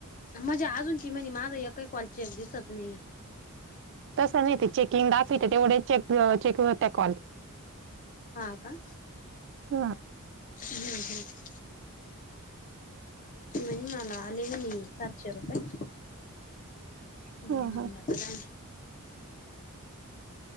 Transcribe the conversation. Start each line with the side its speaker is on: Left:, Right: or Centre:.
Left: म्हणजे अजून ती म्ह माझा एकही कॉल चेक दिसत नाही.
Right: तसं नाही ते चेकिंग दाफवित तेवढे चेक चेक होत्या कॉल.
Left: हा का?
Right: ह.
Left: हम् हम्. त म्हणजे मला आले म्ह सातशे रुपये. हम्म
Right: हा हा
Left: मता का?